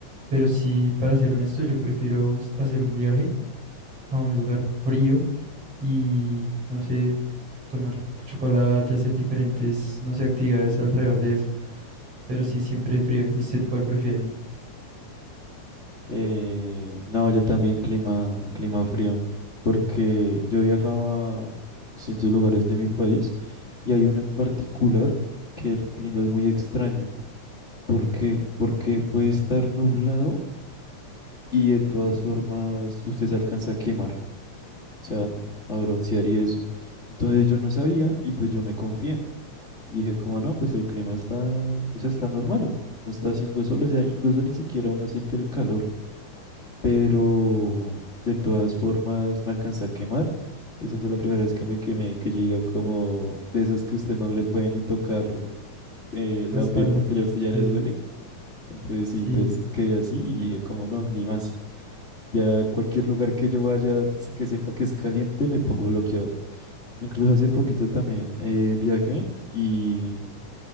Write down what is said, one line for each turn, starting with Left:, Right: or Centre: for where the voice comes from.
Right: Pero sí, para ser honesto, yo prefiero s- hacer un viaje a un lugar frío y no sé tomar chocolate, hacer diferentes, no sé, actividades alrededor de eso. Pero sí, siempre frío. ¿Y usted cuál prefiere?
Left: Eh, no, yo también clima, clima frío, porque yo viajaba a distintos lugares de mi país y hay uno en particular que el clima es muy extraño. ¿Por qué? Porque puede estar nublado y de todas formas usted se alcanza a quemar, o sea, a broncear y eso. Entonces yo no sabía y pues yo me confié. Y dije, como no, pues el clima está, o sea, está normal, no está haciendo sol, o sea, incluso ni siquiera uno siente el calor, pero de todas formas me alcancé a quemar. Esa fue la primera vez que me quemé, que llega como de esos que usted no le puede ni tocar eh,
Right: La
Left: la
Right: espalda.
Left: piel porque ya a usted ya
Right: Sí,
Left: le duele. Entonces
Right: sí.
Left: sí, entonces quedé así y dije, como no, ni más. Ya cualquier lugar que yo vaya, se- que sepa que es caliente, me pongo bloqueador. Incluso hace poquito también eh, viajé y